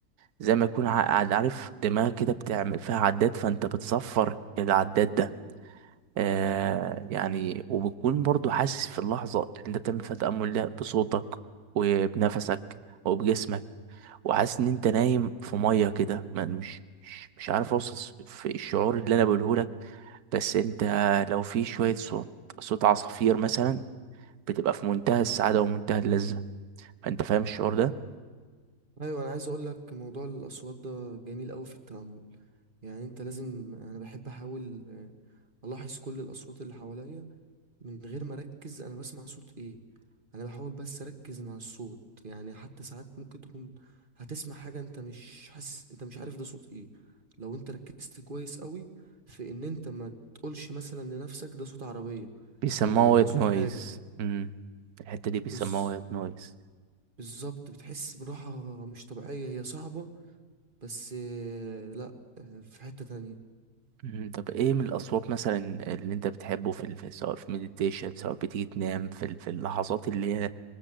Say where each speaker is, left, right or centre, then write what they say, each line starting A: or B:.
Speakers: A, on the right; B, on the right.
A: زي ما يكون ع- عارف دماغك كده بتعمل فيها عداد فانت بتصفر العداد ده آه يعني وبتكون برضو حاسس في اللحظه اللي انت بتعمل فيها تامل ده بصوتك وبنفسك وبجسمك وحاسس ان انت نايم في ميه كده ما- مش مش مش عارف اوصف في الشعور اللي انا بقوله لك بس انت لو في شويه صوت صوت عصافير مثلا بتبقى في منتهى السعاده ومنتهى اللذه فانت فاهم الشعور ده
B: ايوه انا عايز اقول لك موضوع الاصوات ده جميل قوي في التامل يعني انت لازم انا بحب احاول آه، الاحظ كل الاصوات اللي حواليا من غير ما اركز انا بسمع صوت ايه انا بحاول بس اركز مع الصوت يعني حتى ساعات ممكن تكون هتسمع حاجه انت مش حاسس انت مش عارف ده صوت ايه لو انت ركزت كويس قوي في ان انت ما تقولش مثلا لنفسك ده صوت عربيه
A: بيسموها
B: او
A: وايت
B: ده صوت
A: نويز
B: حاجه
A: امم الحتة دي بيسموها
B: بز...
A: وايت نويز
B: بالظبط بتحس براحه مش طبيعيه هي صعبه بس آه، لا آه، في حتة تانية
A: مم. طب ايه من الاصوات مثلا اللي انت بتحبه في الف... سواء في مديتيشن سواء بتيجي تنام في, ال- في اللحظات اللي هي